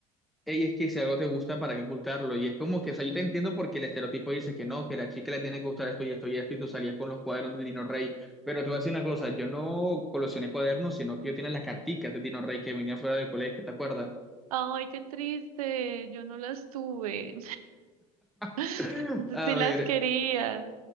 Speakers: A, in the centre; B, on the right.
A: Ey, es que si algo te gusta, ¿para qué ocultarlo? Y es como que, o sea, yo te entiendo porque el estereotipo dice que no, que la chica le tiene que gustar esto y esto y esto, y tú salías con los cuadernos de Dino Rey. Pero te voy a decir una cosa, yo no coleccioné cuadernos, sino que yo tenía las carticas de Dino Rey que venían fuera del colegio, ¿te acuerdas?
B: Ay, qué triste, yo no las tuve.
A: <clears throat>
B: <laughs>
A: <laughs> A
B: Sí las
A: ver,
B: quería.